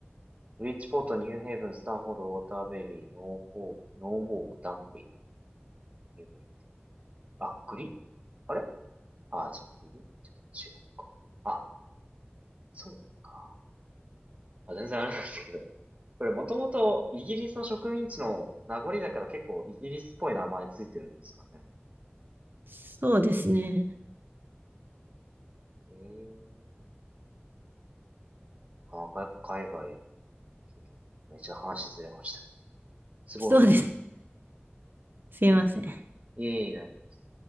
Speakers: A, on the right; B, on the right.
A: ブリッジポート、ニューヘイブン、スタンフォード、ウォーターベリー、ノーフォー、ノーウォーク、ダンベリー、ニューブリあ、グリ、あれあ、じゃあグリちょっと違うか。あ、そうか。あ、全然あれなんですけど。これもともとイギリスの植民地の名残だから結構イギリスっぽい名前ついてるんですかね。
B: そうですね。
A: ええなかなかやっぱ海外の経験、めっちゃ話ずれました。すごいです。
B: そうです。すいません。
A: いえいえ、大丈夫です。